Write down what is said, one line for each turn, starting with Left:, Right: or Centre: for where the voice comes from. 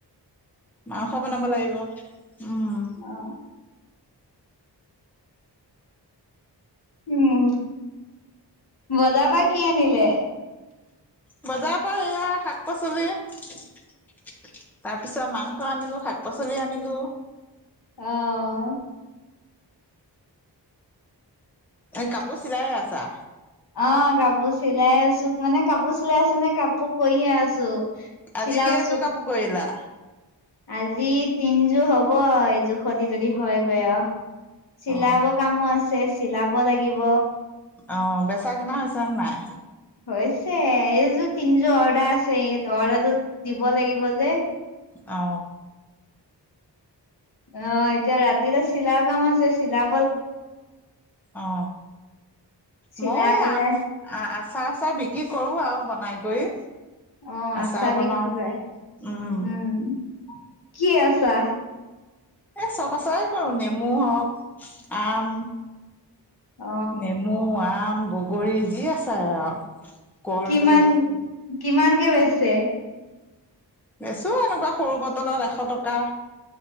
Centre: মাংস বনাব লাগিব উম
Left: অ উম বজাৰপা কি আনিলে
Centre: বজাৰ পৰা এইয়া শাক পাচলি তাৰপিছত মাংস আনিলো শাক পাচলি আনিলো
Left: আহ
Centre: এ কাপোৰ চিলাইে আছা
Left: অ কাপোৰ চিলাই আছো মানে কাপোৰ চিলাই আছো নে কাপোৰ কৰিয়ে আছো
Centre: আজি
Left: চিলাবচোন
Centre: কেইযোৰ কাপোৰ কৰিলা
Left: আজি তিনযো হব এইযো খতে যদি হয়গৈ অ চিলাব
Centre: অ
Left: কামো আছে চিলাব লাগিব।
Centre: অ বেচা কিনা হৈছে নাই
Left: হৈছে এইযোৰ তিনিযোৰ অৰ্ডাৰ আছে, ইয়াত অৰ্ডাৰটো দিব লাগিব যে
Centre: অ
Left: অ এতিয়া ৰাতিৰে চিলা কাম আছে চিলা
Centre: অ
Left: চিলাই
Centre: মই এই
Left: পেলাই
Centre: আম আ চাৰ চাহ বিক্ৰী কৰো আৰু বনাই কৰি
Left: অ
Centre: আচাৰ
Left: আছা
Centre: বনাও
Left: বিক্ৰী কৰে,
Centre: উম
Left: উম কি আছা?
Centre: এ চব আচৰে কৰো নেমু আৰু আম
Left: অ
Centre: নেমু, আম বগৰী যি আছে আৰু কৰ্দৈ
Left: কিমান কিমানকে বেচে
Centre: বেচো এনেকুৱা সৰু বটলত এশ টকা।